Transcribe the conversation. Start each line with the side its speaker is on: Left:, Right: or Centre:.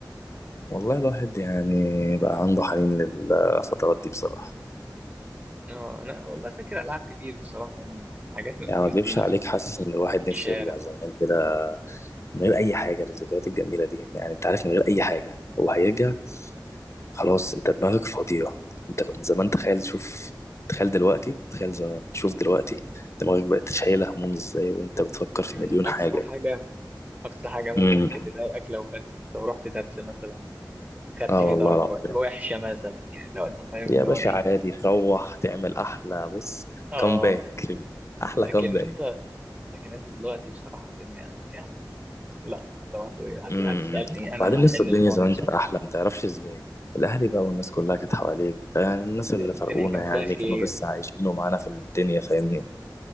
Left: والله الواحد يعني بقى عنده حنين للفترات دي بصراحة
Right: آه، أنا والله فاكر ألعاب كتير بصراحة يعني حاجات من
Left: يعني ما اكدبش
Right: دي مثلا
Left: عليك حاسس ان الواحد
Right: في الشارع
Left: نفسه يرجع زمان كده من غير اي حاجه للذكريات الجميله دي يعني انت عارف من غير اي حاجه هو هيرجع خلاص انت دماغك فاضيه انت كنت زمان تخيل شوف تخيل دلوقتي تخيل زمان شوف دلوقتي دماغك بقت شايله هموم ازاي وانت بتفكر في
Right: كان
Left: مليون
Right: أقصى
Left: حاجه
Right: حاجة أقصى حاجة ممكن
Left: امم
Right: كانت تضايقك لو خدت لو رحت درس مثلا خدت
Left: اه
Right: فيه
Left: والله
Right: درجة
Left: العظيم
Right: وا- وحشة مثلا يعني لو أنت فاهم
Left: يا
Right: اللي
Left: باشا
Right: هو إيه
Left: عادي تروح تعمل احلى بص
Right: آه
Left: كومباك احلى
Right: لكن
Left: كومباك
Right: أنت لكن أنت دلوقتي بصراحة الدنيا يعني لا لو هت- هت-
Left: امم
Right: هتسألني أنا
Left: وبعدين
Right: هحن
Left: لسه الدنيا
Right: الماضي
Left: زمان
Right: بصراحة
Left: كانت احلى ما تعرفش ازاي الاهالي بقى والناس كلها كانت حواليك آه، الناس اللي
Right: الدنيا
Left: فرقونا
Right: كان
Left: يعني
Right: فيها خير
Left: كانوا لسه عايشين ومعانا في الدنيا فاهمني